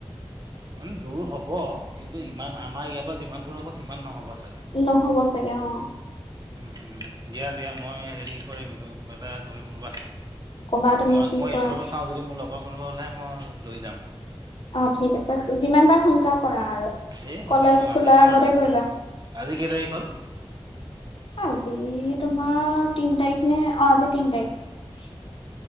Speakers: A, on the right (about 45°); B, on the left (about 60°).
A: মানে দূৰ হব কিন্তু ইমান আমাৰ ইয়াৰ পৰা যিমান দূৰ হব সিমান নহ'ব চাগে
B: নহ'ব চাগে অঁ
A: উ উম দিয়া দিয়া মই হেৰি কৰিম এইটো কিবা এটা কৰিম ৰ'বা
B: কবা তুমি
A: মই
B: কি
A: মই
B: কৰা
A: এইফালৰ পৰা চাওঁ যদি মোৰ লগৰ কোনোবা ওলাই মই লৈ যাম।
B: অঁ ঠিক আছে যিমান পাৰা সোনকালেই কৰা আৰু
A: এ সোনকালে
B: কলেজ
A: কম
B: খোলাৰ
A: আজি তোমাৰ
B: আগতে কৰিবা
A: আজি কেই তাৰিখ হল
B: আজি তোমাৰ তিন তাৰিখ নে অঁ আজি তিন তাৰিখ